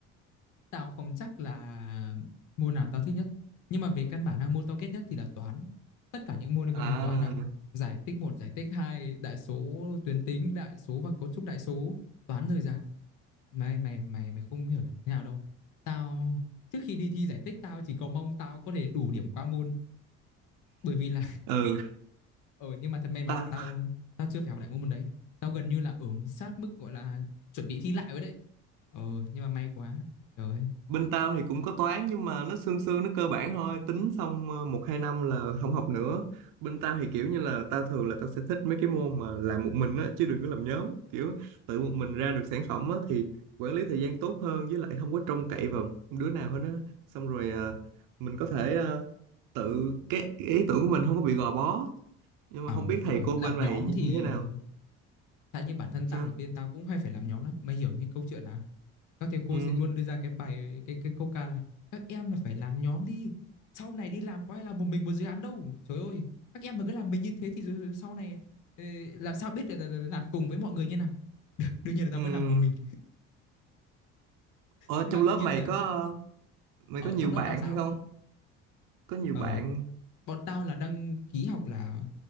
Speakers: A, on the left; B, on the right.
A: Tao không chắc là môn nào tao thích nhất. Nhưng mà về căn bản là môn tao ghét nhất thì là toán. Tất cả những môn liên
B: à
A: quan đến toán là giải tích một giải tích hai đại số tuyến tính, đại số và cấu trúc đại số, toán rời rạc. Mày mày mày mày không hiểu thế nào đâu. Tao trước khi đi thi giải tích tao chỉ cầu mong tao có thể đủ điểm qua môn bởi vì là
B: ừ
A: <laughs> ờ ừ, nhưng mà thật may mắn
B: ta
A: là tao tao chưa phải học lại môn môn đấy. Tao gần như là ở sát mức gọi là chuẩn bị thi lại rồi đấy. Ờ nhưng mà may quá. Trời ơi.
B: bên tao thì cũng có toán nhưng mà nó sương sương nó cơ bản thôi tính xong ờ, một hai năm là không học nữa bên tao thì kiểu như là tao thường là tao sẽ thích mấy cái môn mà làm một mình á chứ đừng có làm nhóm kiểu tự một mình ra được sản phẩm á thì quản lý thời gian tốt hơn với lại không có trông cậy vào đứa nào hết á xong rồi ờ, mình có thể ờ, tự cái ý tưởng của mình không có bị gò bó nhưng
A: Ờ
B: mà không biết
A: đúng
B: thầy
A: rồi,
B: cô
A: làm
B: bên mày
A: nhóm
B: như,
A: thì
B: như thế nào
A: Tại như bản thân
B: sao
A: tao thì bên tao cũng hay phải làm nhóm lắm. Mày hiểu như câu chuyện là các thầy cô
B: ừ
A: sẽ luôn đưa ra cái bài cái cái câu ca là các em là phải làm nhóm đi. Sau này đi làm có ai làm một mình một dự án đâu. Trời ơi, các em mà cứ làm mình như thế thì rồi sau này ờ, làm sao biết là, làm cùng với mọi người như nào. Đương nhiên là tao
B: ừ
A: vẫn làm một mình.
B: ở
A: Nhưng
B: trong
A: mà đương
B: lớp
A: nhiên
B: mày
A: là
B: có mày
A: ở
B: có nhiều
A: trong
B: bạn
A: lớp tao sao?
B: hay không có nhiều
A: ở
B: bạn
A: bọn tao là đăng ký học là